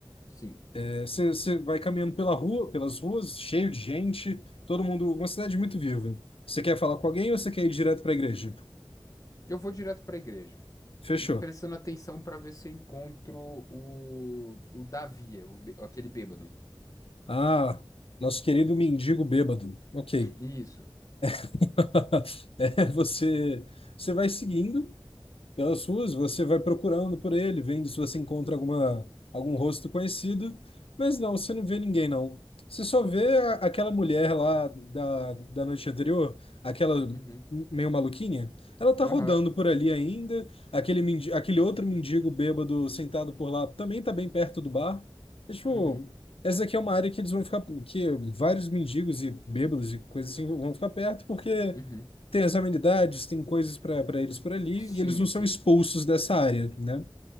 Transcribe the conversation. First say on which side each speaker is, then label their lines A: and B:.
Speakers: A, on the left; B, on the left.
A: Sim.
B: É, Você, você vai caminhando pela rua, pelas ruas, cheio de gente, todo mundo, uma cidade muito viva. Você quer falar com alguém ou você quer ir direto para a igreja?
A: Eu vou direto para a igreja.
B: Fechou.
A: E prestando atenção para ver se eu encontro o, o Davi, é o, bê- aquele bêbado.
B: Ah, nosso querido mendigo bêbado. Ok.
A: Isso.
B: <laughs> É, você, você vai seguindo. pelas suas, você vai procurando por ele, vendo se você encontra alguma, algum rosto conhecido, mas não, você não vê ninguém, não. Você só vê a- aquela mulher lá da, da noite anterior, aquela
A: Uhum.
B: meio maluquinha, ela tá
A: Aham.
B: rodando por ali ainda, aquele, mendi- aquele outro mendigo bêbado sentado por lá também tá bem perto do bar. É, tipo,
A: Uhum.
B: essa aqui é uma área que eles vão ficar, que vários mendigos e bêbados e coisas assim vão ficar perto, porque
A: Uhum.
B: tem as amenidades, tem coisas para eles por ali,
A: Sim,
B: e eles não são
A: sim.
B: expulsos dessa área, né?